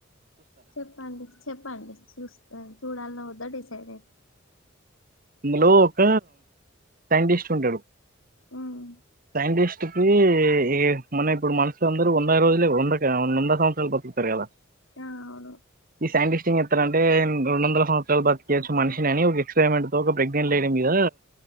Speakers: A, on the left; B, on the right.
A: చెప్పండి చెప్పండి చూస్తాను చూడాలని వద్దా డిసైడ్ అవుతా
B: ఇందులో ఒక సైంటిస్ట్ ఉంటడు.
A: ఉమ్
B: సైంటిస్ట్ కి ఏ మన ఇప్పుడు మనుషుల అందరూ వంద రోజులు వంద వంద సంవత్సరాలు బ్రతుకుతారు కదా
A: ఆ అవును
B: ఈ సైంటిస్ట్ంగ్ ఎట్టంటే రెండు వందల సంవత్సరాలు బతికేయవచ్చు మనిషిని ఒక ఎక్స్పెరిమెంట్ ఒక ప్రెగ్నెంట్ లేడీ మీద